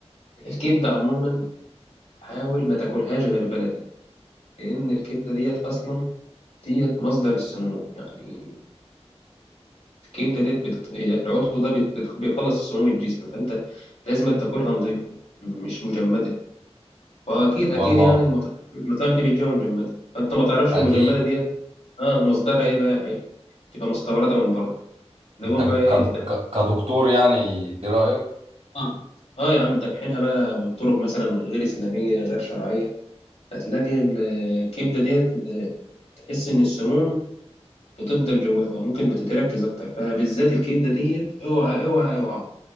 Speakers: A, on the left; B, on the right.
A: الكبدة عموما حاول ما تاكلهاش غير بلدي لأن الكبدة ديت أصلا ديت مصدر السموم يعني الكبده ديت بتط... هي العضو ده بيت- بيت- بيخلص السموم الجسم فانت لازم تاكلها نظيفه مش مجمده فاكيد اكيد
B: والله
A: يعني المطاعم المطاعم دي بتجيبها مجمده فانت ما تعرفش
B: اكيد
A: المجمده ديت اه مصدرها ايه بقى يا حي تبقى مستورده من بره تلاقيهم
B: انت ك-
A: بقى ايه ده
B: ك- كدكتور يعني دي رايك
A: اه آه يا عم دابحينها بقى بالطرق مثلا غير اسلاميه غير شرعيه هتلاقي ال- الكبده ديت تحس ان السموم بتفضل جواها وممكن بتتركز اكتر فبالذات الكبده ديت اوعى اوعى اوعى